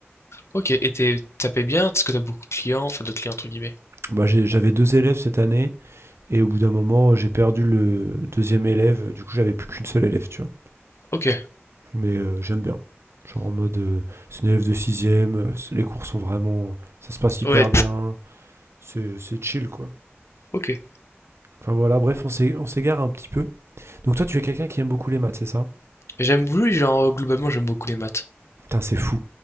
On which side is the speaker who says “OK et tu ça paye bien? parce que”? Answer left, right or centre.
Left